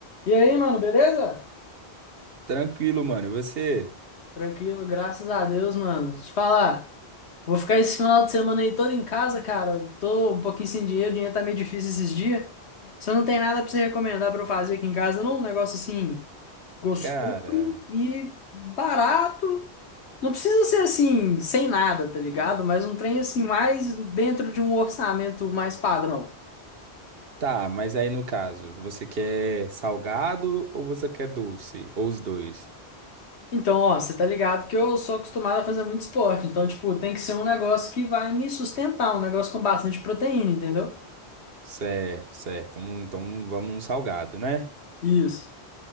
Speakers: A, on the left; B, on the right.
A: E aí, mano, beleza?
B: Tranquilo, mano. E você?
A: Tranquilo, graças a Deus, mano. Deixa eu te falar, vou ficar esse final de semana aí todo em casa, cara. Eu Tô um pouquinho sem dinheiro, o dinheiro tá meio difícil esses dias. Você não tem nada pra você recomendar pra eu fazer aqui em casa, não? Um negócio assim, gostoso
B: Cara,
A: e barato. Não precisa ser assim, sem nada, tá ligado? Mas um trem assim, mais dentro de um orçamento mais padrão.
B: tá, mas aí no caso, você quer salgado ou você quer doce? Ou os dois?
A: Então, ó, você tá ligado que eu sou acostumado a fazer muito esporte. Então, tipo, tem que ser um negócio que vai me sustentar, um negócio com bastante proteína, entendeu?
B: Certo, certo. Um- então vamos num salgado, né? O
A: Isso.